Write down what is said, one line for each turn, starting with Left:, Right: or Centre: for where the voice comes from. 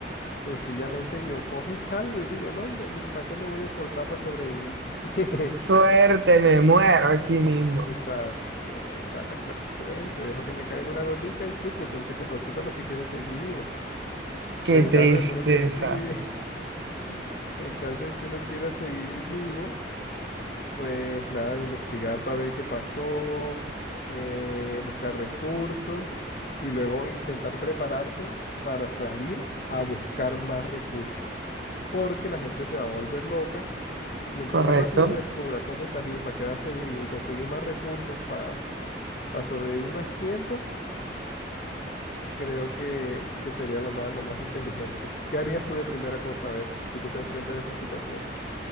Left: sencillamente yo cojo y salgo y digo, no, hombre, ni para qué me voy a forzar para sobrevivir. <laughs>
Right: Suerte,
Left: <laughs>
Right: me muero aquí mismo.
Left: Exacto, exactamente. Dejo que me caiga una gotica y chucutun que se preocupen los que quieren seguir vivos.
Right: Qué
Left: Pero en
Right: tristeza.
Left: caso de que uno quiera seguir, vi- <laughs> en caso de que uno quiera seguir vivo, pues nada, investigar para ver qué pasó, eh, buscar recursos y luego intentar prepararse para salir a buscar más recursos. Porque la gente se va a volver loca y entre
Right: ¿Correcto?
Left: más rápido uno descubra cómo salir para quedarse vivo y conseguir más recursos para para sobrevivir más tiempo, creo que, que sería lo más, lo más inteligente. ¿Qué harías tú de primera cosa, a ver, si tú te enfrentas a esa situación?